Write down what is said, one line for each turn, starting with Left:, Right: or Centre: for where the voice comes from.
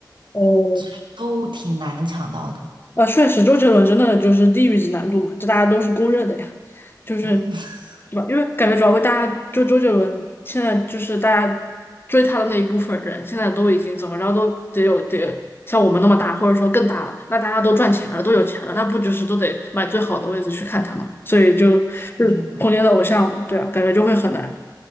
Left: 哦，
Right: 就是都挺难抢到的。
Left: 啊，确实，周杰伦真的就是地狱级难度嘛，这大家都是公认的呀，就是
Right: 嗯，<laughs>
Left: 对吧？因为感觉主要为大家就周杰伦现在就是大家追他的那一部分人，现在都已经怎么着都得有得像我们那么大，或者说更大了，那大家都赚钱了，都有钱了，那不就是都得买最好的位置去看他嘛？所以就就是童年的偶像嘛，
Right: 是这样。
Left: 对啊，感觉就会很难。